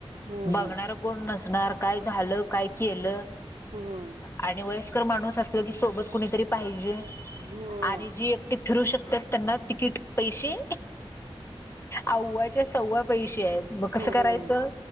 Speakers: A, on the right; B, on the left.
A: होय
B: बघणार कोण नसणार काय झालं काय केलं
A: होय
B: आणि वयस्कर माणूस असल की सोबत कुणीतरी पाहिजे
A: होय
B: आणि जी ते फिरू शक्त्यात त्यांना तिकीट पैसे आव् च्या सव्वा पैसे आहेत मग कसं
A: होय
B: करायचं